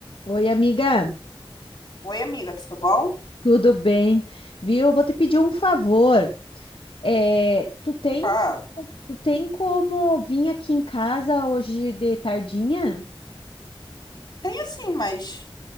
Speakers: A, on the left; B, on the left.
A: Oi, amiga,
B: Oi, amiga, tudo bom?
A: tudo bem? Viu? Eu vou te pedir um favor. É, tu tem,
B: Pá,
A: tu tem como vir aqui em casa hoje de tardinha?
B: tem assim, mas.